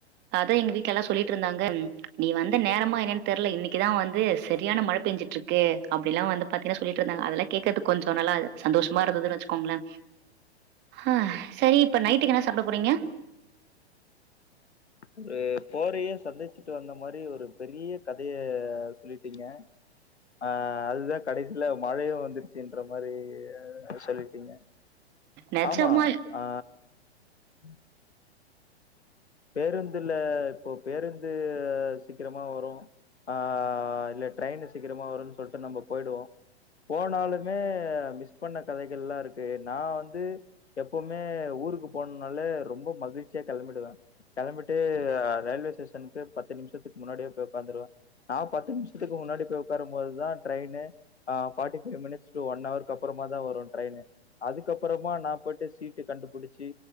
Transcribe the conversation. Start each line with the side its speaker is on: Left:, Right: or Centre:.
Right: அது எங்க வீட்லல்லா சொல்லிட்டு இருந்தாங்க ம் நீ வந்த நேரம்மா என்னன் தெர்ல இன்னிக்கு தா வந்து சரியான மழ பெஞ்சுட்டு இருக்கு அப்டில்லா வந்து பாத்தீங்கன்னா சொல்லிட்டு இருந்தாங்க அதெல்லா கேக்கறதுக் கொஞ்ச நல்லா சந்தோஷமா இருந்ததுன் வச்சுக்கோங்களே ஆ சரி இப்ப நைட்டுக்கு என்ன சாப்ட போறீங்க
Left: ஒரு போரையே சந்திச்சுட்டு வந்த மாரி ஒரு பெரிய கதையே சொல்லிட்டீங்க ஆ அதுதா கடைசில மழயே வந்துருச்சுன்ற மாரி சொல்லிட்டீங்க
Right: நிஜமா
Left: ஆமா ஆ உம் பேருந்துல இப்போ பேருந்து சீக்கிரமா வரும் ஆ இல்ல ட்ரெயின்னு சீக்கிரமா வருனு சொல்ட்டு நம்ப போயிடுவோ போனாலுமே மிஸ் பண்ண கதைகள்ல்லா இருக்கு நா வந்து எப்பமே ஊருக்கு போனால ரொம்ப மகிழ்ச்சியா கெளம்பிடுவே கெளம்பிட்டு ஆ ரயில்வே ஸ்டேஷனுக்கு பத்து நிமிஷத்துக்கு முன்னாடியே போய் ஓக்காந்துருவே நா பத்து நிமிஷத்துக்கு முன்னாடி போய் ஓக்காரும் போதுதா டிரெயின்னு ஆ forty five minutes to one ஹவுர்க்கு அப்புறமா தா வரு ட்ரெயின்னு அதுக்குக்கப்புறமா நா போயிட்டு சீட்டு கண்டுபுடிச்சு